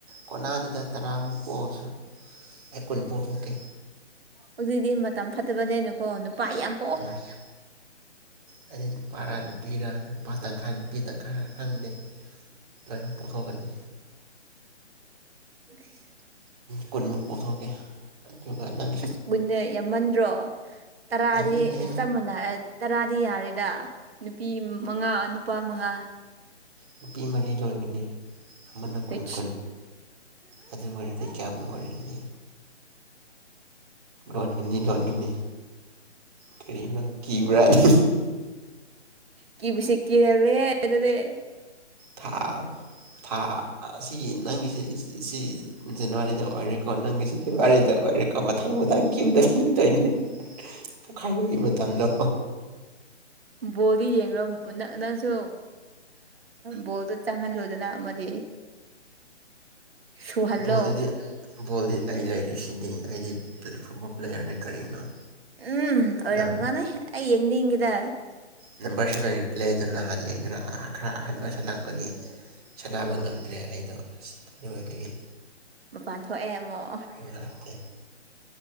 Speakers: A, on the right; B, on the right.
A: ꯀꯣꯅꯥꯗꯨꯗ ꯇꯔꯥꯃꯨꯛ ꯄꯣꯛꯑꯁꯨ ꯑꯩ ꯀꯨꯟ ꯄꯣꯛꯊꯣꯛꯀꯦ
B: ꯍꯧꯖꯤꯛꯇꯗꯤꯤ ꯃꯇꯝ ꯐꯠꯇꯕꯅꯦꯅꯀꯣ ꯅꯨꯄꯥ ꯌꯥꯝ ꯄꯣꯛꯑꯣ
A: ꯃꯥꯏ ꯍꯥꯏꯗꯤ ꯅꯨꯄꯥꯔꯥ ꯅꯨꯄꯤꯔ ꯅꯨꯄꯥ ꯇꯪꯈꯥꯏ ꯅꯨꯄꯤ ꯇꯪꯈꯥꯏꯔ ꯈꯪꯗꯦ ꯀꯣꯏꯅꯣ ꯄꯥꯡꯊꯣꯛꯀꯅꯤ
B: <inaudible>
A: ꯀꯨꯟꯃꯨꯛ ꯄꯨꯊꯣꯛꯀꯦ ꯑꯗꯨꯒꯒꯅꯪ
B: ꯑꯁ ꯀꯨꯏꯟꯅ ꯌꯥꯝꯃꯟꯗ꯭ꯔꯣ ꯇꯔꯥꯗꯤ
A: ꯌꯥꯝꯃꯟꯗꯦ
B: ꯆꯞ ꯃ ꯇꯔꯥꯗꯤ ꯌꯥꯔꯦꯗ ꯅꯨꯄꯤ ꯃꯉꯥ ꯅꯨꯄꯥ ꯃꯉꯥ
A: ꯅꯨꯄꯤ ꯃꯔꯤ ꯂꯣꯟꯒꯅꯤ ꯑꯃꯅ ꯀꯨꯟ
B: ꯀꯌꯥꯝ
A: ꯀꯨꯟ ꯑꯗꯨ ꯑꯣꯏꯔꯗꯤ ꯀꯌꯥꯝ ꯑꯣꯏꯅꯤ ꯂꯣꯟꯒꯅꯤ ꯂꯣꯟꯒꯅꯤ ꯀꯔꯤꯅꯣ ꯀꯤꯕ꯭ꯔꯥꯅꯤ
B: ꯀ ꯁ ꯀ ꯍꯥꯏꯂꯦꯇꯥ
A: ꯊꯥ ꯊꯥ ꯑꯁꯤꯒꯤ ꯅꯪꯒꯤꯁꯤ ꯁꯤ ꯖꯅꯋꯥꯔꯤꯗ ꯑꯣꯏꯔꯦꯀꯣ ꯅꯪꯒꯤꯁꯦ ꯐꯦꯕꯋꯥꯔꯤꯗ ꯑꯣꯏꯔꯦꯀꯣ ꯃꯊꯪ ꯃꯊꯪ ꯀ꯭ꯌꯨꯗ ꯂꯠꯇꯣꯏꯅꯦ ꯄꯣꯛꯈꯥꯏꯕꯒꯤ ꯃꯇꯝꯗꯣ
B: ꯕꯣꯗꯤ ꯌꯦꯡ ꯅ ꯅꯪꯁꯨ ꯕꯣꯜꯗꯣ ꯆꯪꯍꯜꯂꯣꯏꯗꯅ ꯑꯃꯗꯤ ꯁꯨꯍꯜꯂꯣ
A: ꯕꯣꯜꯗꯗꯤ ꯕꯣꯜꯗꯤ ꯑꯩ ꯂꯩꯔꯤꯁꯤꯗꯤ ꯑꯩꯗꯤ ꯐꯨꯠꯕꯣꯜ ꯄ꯭ꯂꯦꯌꯥꯔꯅꯦ ꯀꯔꯤꯅꯣ
B: ꯎꯝ ꯑꯣꯏꯔꯝꯒꯅꯦ
A: ꯅꯪ
B: ꯑꯩ ꯌꯦꯡꯅꯤꯡꯈꯤꯦꯗ
A: ꯅꯝꯕꯔ ꯁꯕꯦꯟꯒꯤ ꯄ꯭ꯂꯦꯗꯨ ꯅꯍꯥꯟ ꯌꯦꯡꯗꯨꯅ ꯈꯔ ꯑꯍꯟ ꯑꯣꯏꯁꯜꯂꯛꯄꯒꯤ ꯁꯥꯟꯅꯕ ꯉꯝꯗ꯭ꯔꯦ ꯑꯩꯗꯣ ꯑꯁ ꯑꯗꯨ ꯑꯣꯏꯕꯒꯤ
B: ꯃꯄꯥꯟ ꯊꯣꯛꯑꯦ ꯑꯃꯨꯛ
A: ꯎꯦ